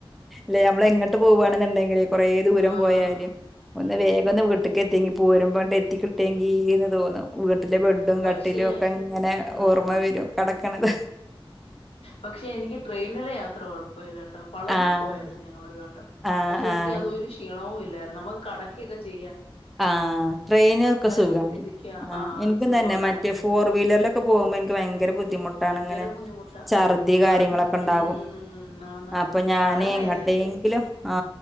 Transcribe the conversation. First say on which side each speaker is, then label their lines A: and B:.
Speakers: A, in the centre; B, on the left (about 85°).
A: ല്ലെ മ്മള് എങ്ങട്ട് പോവാണെന്നുണ്ടെങ്കില് കൊറേ ദൂരം
B: ആഹ്
A: പോയാല് ഒന്ന്
B: ഉം
A: വേഗം ഒന്ന് വീട്ട്ക്ക് എത്യങ്കി പോരുമ്പം എത്തിക്കിട്ടേങ്കിന്ന്
B: ഉം
A: തോന്നും <unintelligible> ലെ ബെഡും
B: പക്ഷേ
A: കട്ടിലും ഒക്കെങ്ങനെ
B: ഉം
A: ഓർമ്മ വരും കടക് കണത്
B: പക്ഷെ എനിക്ക് ട്രെയിനില് യാത്ര കൊഴപ്പില്ലാട്ടോ പളനി
A: ആഹ്
B: പോയാരുന്നു ഞങ്ങളൊരു വട്ടം
A: ആഹ്
B: പക്ഷെ
A: ആഹ്
B: എനിക്ക് അതൊരു ക്ഷീണവും ഇല്ലായിരുന്നു നമ്മ കടക്കിയൊക്കെ ചെയ്യാ
A: ആ ട്രെയിനൊക്കെ സുഖമാണ്
B: നൂത്തിരിക്ക ആ അത്
A: എനിക്കും
B: സുഖവാ
A: തന്നെ
B: കാറ്റൊക്കെ
A: മറ്റേ ഫോർ
B: ഉണ്ട്
A: വീലറിലൊക്കെ പോകുമ്പോ എനിക്ക് ഭയങ്കര
B: ഓ
A: ബുദ്ധിമുട്ടാണ്
B: ഭയങ്കര
A: അങ്ങനെ
B: ബുദ്ധിമുട്ടാ
A: ഛർദി കാര്യങ്ങളൊക്കെ
B: വന്ന്
A: ഉണ്ടാകും
B: ഉം ആന്നാന്ന്
A: അപ്പൊ ഞാൻ
B: തല നേരെ
A: എങ്ങട്ടെങ്കിലും
B: നിക്കത്തില്ല
A: ആ